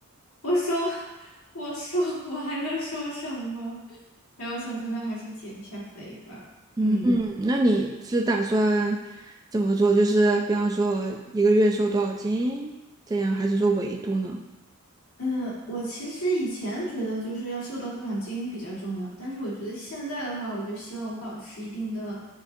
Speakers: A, on the left; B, on the right.
A: 我说：“我说我还能说什么？” <laughs> 然后想说那还是减一下肥吧。
B: 嗯嗯，
A: 嗯。
B: 那你是打算怎么做？就是比方说一个月瘦多少斤这样，还是说维度呢？
A: 嗯，我其实以前觉得就是要瘦到多少斤比较重要，但是我觉得现在的话，我就希望我保持一定的，